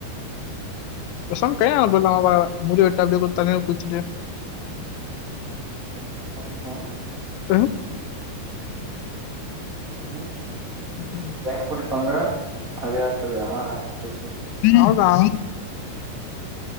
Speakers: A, on the left; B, on the right.
A: பேசாம கல்யாணோ பண்லாமா பாக்குறேன் முடி வெட்டு அப்டியே தண்ணில குளிச்சிட்டு
B: அ அ
A: அ
B: ம்
A: ம்
B: எங்க குடிப்பாங்க அதோ எட்துலயா இப்போ சொல்லு
A: அவள்தா